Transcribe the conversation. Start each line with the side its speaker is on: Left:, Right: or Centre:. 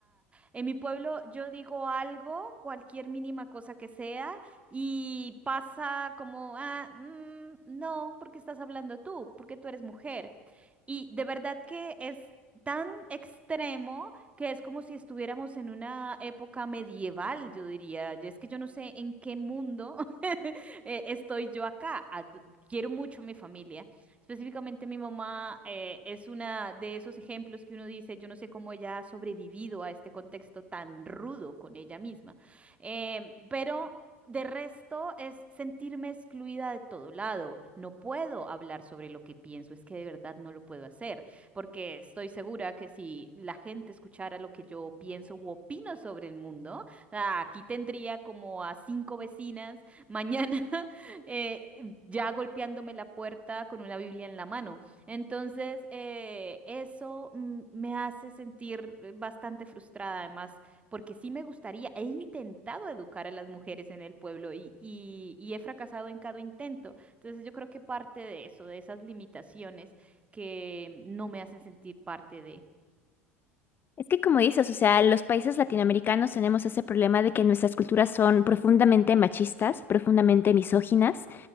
Right: En mi pueblo yo digo algo, cualquier mínima cosa que sea, y pasa como, ah, mm, no, porque estás hablando tú, porque tú eres mujer. Y de verdad que es tan extremo que es como si estuviéramos en una época medieval, yo diría. Y Es que yo no sé en qué mundo <laughs> eh, estoy yo acá. Ad- Quiero mucho a mi familia, Específicamente mi mamá eh, es una de esos ejemplos que uno dice, yo no sé cómo ella ha sobrevivido a este contexto tan rudo con ella misma. Eh, pero de resto es sentirme excluida de todo lado. No puedo hablar sobre lo que pienso, es que de verdad no lo puedo hacer, porque estoy segura que si la gente escuchara lo que yo pienso u opino sobre el mundo, ah, aquí tendría como a cinco vecinas mañana <laughs> eh, ya golpeándome la puerta con una Biblia en la mano. Entonces, eh, eso mm, me hace sentir eh, bastante frustrada, además, porque sí me gustaría, he intentado educar a las mujeres en el pueblo y, y, y he fracasado en cada intento. Entonces, yo creo que parte de eso, de esas limitaciones que no me hacen sentir parte de...
Left: Es que como dices, o sea, los países latinoamericanos tenemos ese problema de que nuestras culturas son profundamente machistas, profundamente misóginas.